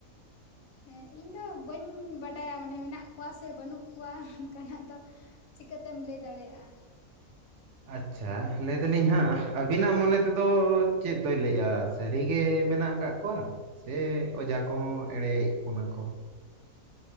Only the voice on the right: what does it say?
ᱟᱪᱪᱷᱟ ᱞᱟᱹᱭᱫᱟᱞᱤᱧ ᱦᱟᱸᱜ ᱟᱹᱵᱤᱱᱟᱜ ᱢᱚᱱᱮ ᱛᱮᱫᱚ ᱪᱮᱫ ᱫᱚᱭ ᱞᱟᱹᱭᱮᱫᱼᱟ ᱥᱟᱹᱨᱤᱜᱮ ᱢᱮᱱᱟᱜ ᱠᱟᱜ ᱠᱚᱣᱟ ᱥᱮ ᱚᱡᱷᱟ ᱠᱚᱦᱚᱸ ᱮᱲᱮᱭᱮᱫ ᱵᱚᱱᱟ ᱠᱚ ᱾